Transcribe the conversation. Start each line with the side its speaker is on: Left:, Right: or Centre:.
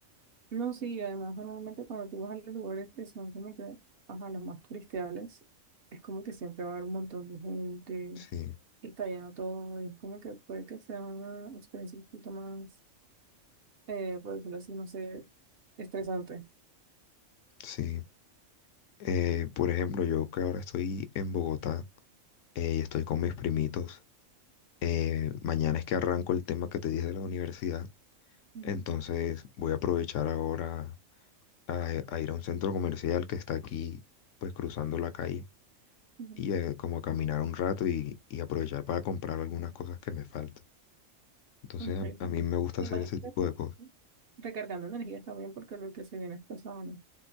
Right: No, sí, además normalmente cuando tú vas a los lugares que son como que, ajá, los más turistiales, es como que siempre va a haber un montón de gente
Left: Sí,
Right: y está lleno todo y es como que puede que sea una experiencia un poquito más, eh, por decirlo así, no sé, estresante.
Left: sí. Eh, por ejemplo, yo que ahora estoy en Bogotá eh, y estoy con mis primitos, eh, mañana es que arranco el tema que te dije de la universidad,
Right: Ujú,
Left: entonces voy a aprovechar ahora a, eh, a ir a un centro comercial que está aquí, pues cruzando la calle,
Right: ujú.
Left: y eh, como a caminar un rato y, y aprovechar para comprar algunas cosas que me faltan. Entonces
Right: Interesante.
Left: a, a mí me gusta
Right: Me
Left: hacer
Right: imagino
Left: ese tipo
Right: que re-
Left: de cosas.
Right: recargando energías también porque lo que se viene es pesado, ¿no?